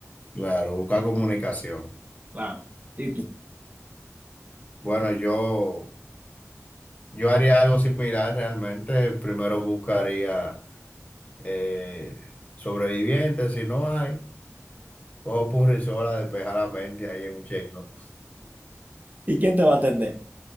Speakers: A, on the left; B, on the right.
A: Claro, buscar comunicación.
B: Claro. ¿Y tú?
A: Bueno, yo, yo haría algo similar realmente. Primero buscaría eh, sobrevivientes, si no hay, cojo punrisola, despejar la mente ahí en un chelo.
B: ¿Y quién te va a atender?